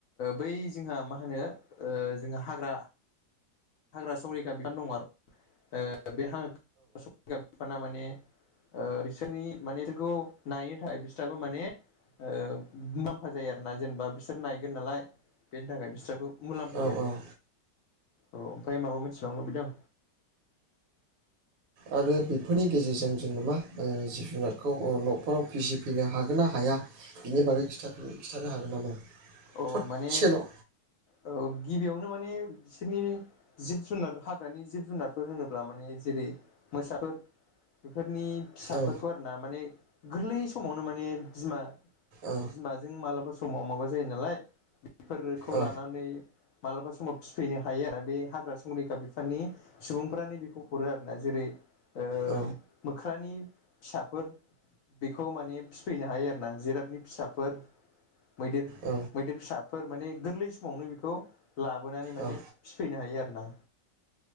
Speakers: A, on the left; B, on the right.
A: बै जोंहा मा होनो जोंहा हाग्रा हाग्रा संरिखा बिबफान दं आरो दा बे हाग्रा संरैखा बिफाना माने ओ बिसोरनि माने बिसोरखौ नायनो थाखाय बिस्राबो माने ओ नम मुफा जायो आरो ना जेनेबा बिसोर नायगोन नालाय बेनि थाखाय बिस्राबो मुलाम्फा
B: औ
A: लेरो औ ओमफ्राय माबा मिथिबावनो लुबैदों?
B: आरो बेफोरनि गेजेरजों जोङो मा जिब जुनारखौ न'खराव फिसिफैनो हागोन ना हाया बिनि बागै खिन्थानो खिथानो हागोन नामा?
A: औ
B: ससेल'
A: माने
B: औ
A: ओ गिबियाव नो माने बिसोरनि जिब जुनार हाग्रानि जिब जुनारफोर होनोब्ला माने जेरै मोसाफोर नि फिसाफोरखौ
B: औ
A: आरो ना माने गोरलै समावनो माने बिमा
B: औ
A: बिमाजों मालाबा समाव माबा जायो नालाय बेफोरखौ
B: औ
A: लानानै मालाबा समाव फिसिफैनो हायो आरो बे हाग्रा संरखा बिफाननि सुबुंफ्रानो बेखौ हरो आरोना जेरै ओ
B: औ
A: मोख्रानि फिसाफोर बेखौ माने फिफैनो हायो आरोना जिराबनि फिसाफोर मैदेर
B: औ
A: मैदेर फिसाफोर माने गोरलै समावनो बेखौ लाबोनानै माने
B: औ
A: फिफैनो हायो आरो ना